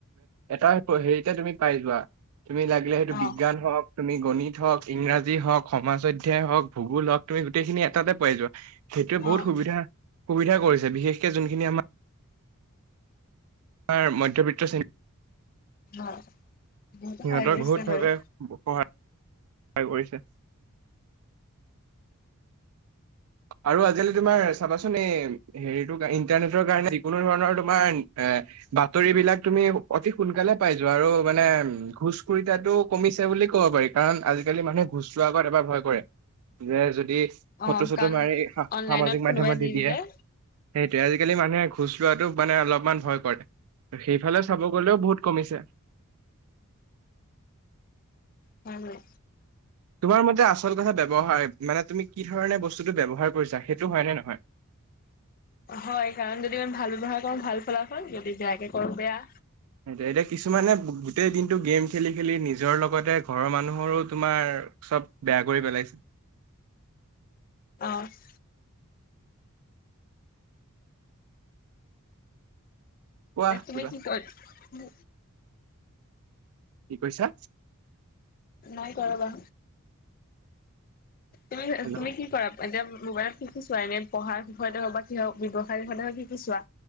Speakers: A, on the right; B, on the left.
A: এটা হেৰিতে তুমি পাই যোৱা তুমি লাগিলে সেইটো
B: অ',
A: বিজ্ঞান হওঁক। তুমি গণিত হওঁক, ইংৰাজী হওঁক, সমাজ অধ্যয়ায় হওঁক, ভূগোল হওঁক তুমি গোটেইখিনি এটাতে পাই যোৱা। সেইটোৱে বহুত
B: অ',
A: সুবিধা সুবিধা কৰিছে। বিশেষকে যোনখিনি আমাৰ তোমাৰ মধ্যবিত্ত শ্ৰেণী।
B: হয়, বহুতে
A: সিহঁতক
B: সহায় কৰিছে
A: বহুত
B: বাৰু।
A: <inaudible> <unintelligible> কৰিছে। আৰু আজিকালি তোমাৰ চাবাচোন এই হেৰিতটো ইণ্টাৰনেটৰ কাৰণে যিকোনো ধৰণৰ তোমাৰ এ বাতৰি বিলাক তুমি অতি সোনকালে পাই যোৱা আৰু মানে ঘোজ খৰিতাটো কমিছে বুলি ক'ব পাৰি। কাৰণ আজিকালি মানুহে ঘুচ লোৱাৰ আগত এবাৰ ভয় কৰে যে যদি ফটো
B: অ,
A: চটো
B: কাৰণ
A: মাৰি সা-
B: অনলাইনত
A: সামাজিক মাধ্যমত
B: কোনোবাই দি
A: দিয়ে
B: দিলে
A: সেইটোৱে আজিকালি মানুহে ঘোচ লোৱাটো মানে অলপমান ভয় কৰে। সেইফালে চাব গ'লেও বহুত কমিছে।
B: হয়, হয়।
A: তোমাৰ মতে আচল কথা ব্যয়ৱহাৰ মানে তুমি কি ধৰণে বস্তুতটো ব্যৱহাৰ কৰিছাঁ। সেইটো হয় নে নহয়?
B: হয় কাৰণ যদি আমি ভাল ব্যৱহাৰ কৰোঁ ভাল ফলাফল। যদি বেয়াকে কৰো বেয়া।
A: <unintelligible> এতিয়া কিছুমানে গোটেই দিনটো গেম খেলি খেলি নিজৰ লগতে ঘৰৰ মানুহৰো তোমাৰ চব বেয়া কৰি পেলাইছ
B: অচ
A: কোৱা
B: এ তুমি
A: কিবা
B: কি কয় হু?
A: কি কৈছা?
B: নাই কৰবা। তুমি এ
A: হেল্ল'
B: তুমি কি কৰা? এতিয়া মোবাইলত কি কি চোৱা এনে পঢ়াৰ বিষয়তে হওক বা কি হওক ব্যৱসায় বিষয়তে হওক কি কি চোৱা